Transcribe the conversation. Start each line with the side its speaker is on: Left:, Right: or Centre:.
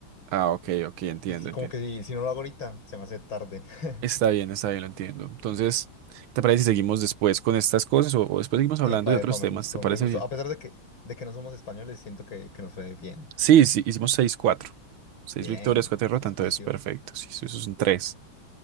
Right: ah, ok, ok, entiendo,
Left: Y sí, como
Right: entiendo.
Left: que si, si no lo hago ahorita, se me hace tarde. <laughs>
Right: Está bien, está bien, lo entiendo. Entonces, ¿qué ¿te parece si seguimos después con estas cosas o, o después seguimos hablando
Left: Epa,
Right: de otros
Left: epa, me
Right: temas?
Left: gustó,
Right: ¿Te parece
Left: me gustó.
Right: bien?
Left: A pesar de que, de que no somos españoles, siento que, que nos fue bien.
Right: Sí, sí, hicimos seis cuatro, seis
Left: Bien,
Right: victorias, 4 derrotas,
Left: eso es
Right: entonces
Left: positivo.
Right: perfecto. Sí, eso es un 3.